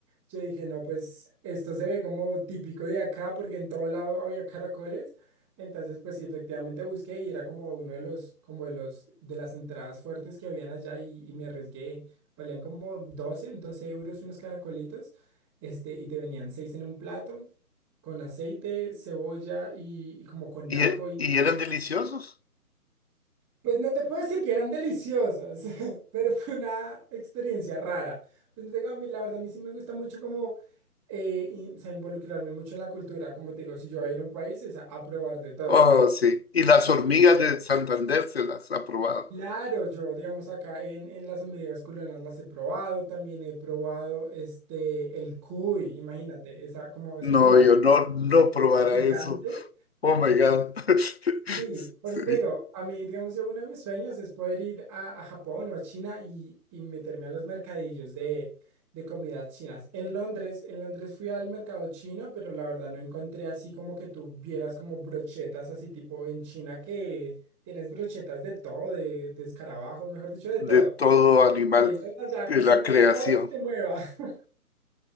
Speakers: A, on the right; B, on the left.
A: yo dije, no, pues esto se ve como típico de acá porque en todo lado había caracoles. Entonces, pues sí, efectivamente busqué y era como uno de los, como de los, de las entradas fuertes que habían allá y, y me arriesgué. Valían como 12 12 euros unos caracolitos, este, y te venían seis en un plato con aceite, cebolla y, y como con
B: ¿Y,
A: ajo.
B: y eran deliciosos?
A: Pues no te puedo decir que eran deliciosas, <laughs> pero fue una experiencia rara. Pues te digo, a mí la verdad, a mí sí me gusta mucho como eh, y- o sea, involucrarme mucho en la cultura. Como te digo, si yo voy a ir a un país es a, a probar de todo.
B: Oh, sí. Y las hormigas de Santander se las ha probado.
A: Claro, yo, digamos, acá en, en las hormigas culonas las he probado, también he probado este, el cuy, imagínate, esa como, es como
B: No,
A: una
B: yo no, no probara
A: rata gigante.
B: eso. Oh my God. <laughs>
A: Sí, por
B: Sería
A: eso te digo, a mí, digamos, yo uno de mis sueños es poder ir a, a Japón o a China y, y meterme a los mercadillos de, de comidas chinas. En Londres, en Londres fui al mercado chino, pero la verdad no encontré así como que tú vieras como brochetas así tipo en China que tienes brochetas de todo, de, de escarabajos, mejor dicho, de todo.
B: De todo animal
A: Y ellos allá
B: de
A: cocinan
B: la creación.
A: todo lo que se mueva. <laughs>